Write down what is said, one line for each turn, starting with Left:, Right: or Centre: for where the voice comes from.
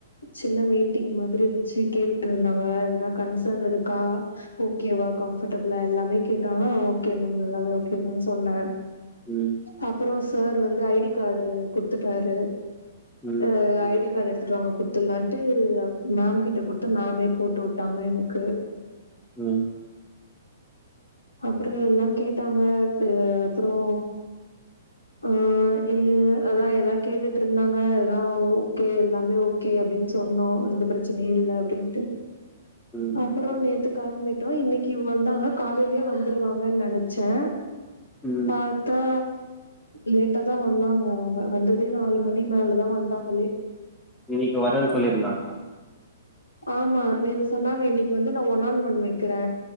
Left: சின்ன மீட்டிங் மாதிரி வெச்சு கேட்டுருந்தாங்க எதுனா கன்சர்ன் இருக்கா ஓ கேவா கம்ஃபடபிளா எல்லாமே கேட்டாங்க அ ஓகே மேம் எல்லாமே ஓகே தா சொன்னே
Centre: ம்
Left: அப்பறோ சார் வந்து ஐ டி கார்டு குட்த்துட்டாரு
Centre: ம்
Left: அ ஐ டி கார்ட் எடுத்துட்டுவாங்க குட்த்துலான்ட்டு மேம் கிட்ட குட்த்து மேமே போட்டு விட்டாங்க எனக்கு
Centre: ம்
Left: அப்பறோ எல்லா கேட்டாங்க அ அப்பறோ ஆ எ அதா எதா கேட்டுட்ருந்தாங்க எல்லா ஓகே எல்லாமே ஓகே அப்டின் சொன்னோ எந்த பிரச்சனையு இல்ல அப்டின்ட்டு
Centre: ம்
Left: அப்பறோ நேத்து கெளம்பிட்டோ இன்னைக்கி வந்தாங்க காலைலே வந்துருவாங்கன் நெனைச்சே
Centre: ம் ம்
Left: பாத் தா லேட்டா தா வந்தாங்க அவுங்க வந்ததே நாலு மணி மேல தா வந்தாங்களே
Centre: இன்னிக்கு வரன் சொல்லீர்ந்தாங்ளா
Left: ஆமா நேத்து சொன்னாங்க இன்னைக்கு வந்து நா ஒன் ஆன் ஒன் வெக்கிறே